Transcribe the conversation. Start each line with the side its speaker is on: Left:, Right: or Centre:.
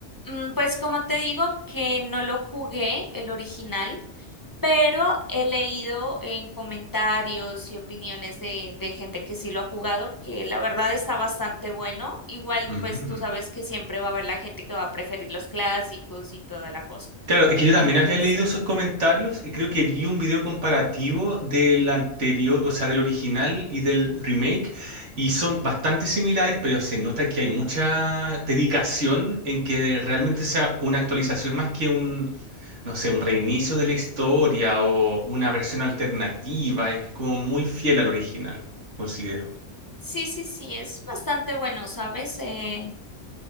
Left: Mm, Pues como te digo que no lo jugué el original, pero he leído en comentarios y opiniones de, de gente que sí lo ha jugado, que la verdad está bastante bueno. Igual,
Right: Mm.
Left: pues tú sabes que siempre va a haber la gente que va a preferir los clásicos y toda la cosa.
Right: Claro, es que yo también
Left: Entonces...
Right: había leído esos comentarios y creo que vi un video comparativo del anterior, o sea, del original y del remake, y son bastante similares, pero se nota que hay mucha dedicación en que realmente sea una actualización más que un, no sé, un reinicio de la historia o una versión alternativa. Es como muy fiel al original, considero.
Left: Sí, sí, sí, es bastante bueno, ¿sabes? Eh,